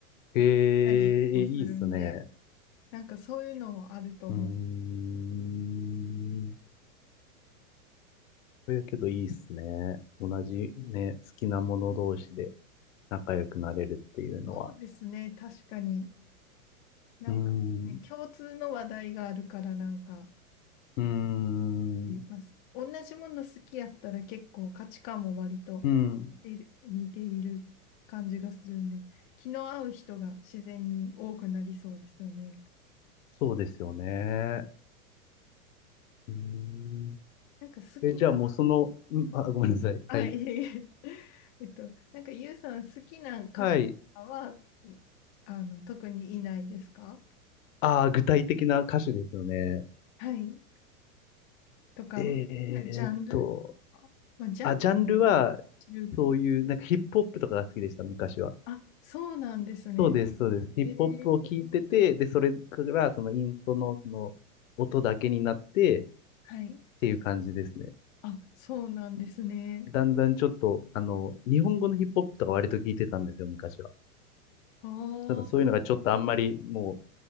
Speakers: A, on the left; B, on the left.
A: えーえ、
B: たりもするんで、
A: いいっすね。
B: なんかそういうのはあると思う。
A: うーん。そやけどいいっすね。同じね、好きなもの同士で仲良くなれるっていうのは。
B: そうですね、確かに。なんかね、
A: うーん。
B: 共通の話題があるから、なんか、
A: うーん。
B: します。同じもの好きやったら結構価値観も割と
A: うん。
B: え似ている感じがするんで、気の合う人が自然に多くなりそうですよね。
A: そうですよね。うーん。
B: なんか好きな、
A: え、じゃあもうその、うん、あ、ごめんなさい。
B: あ、
A: はい。
B: いえいえ、<laughs> えっと、なんかゆうさん好きな歌手とかは、
A: はい。
B: あの、特にいないですか
A: ああ、具体的な歌手ですよね。
B: はい。とか、
A: え
B: まあ、好きなジャンルあまあ、
A: ーっと、
B: ジャンル
A: あ、ジャンルは、
B: 知る。
A: そういう、なんかヒップホップとかが好きでした、昔は。
B: あ、そうなんですね。
A: そうです、そうです。ヒップホップを聞いてて、
B: えー、
A: で、それから、そのインストの、その、音だけになって、
B: はい。
A: っていう感じですね。
B: あ、そうなんですね。
A: だんだんちょっと、あの、日本語のヒップホップとか割と聞いてたんですよ、昔は。
B: ああ。
A: ただそういうのがちょっとあんまり、も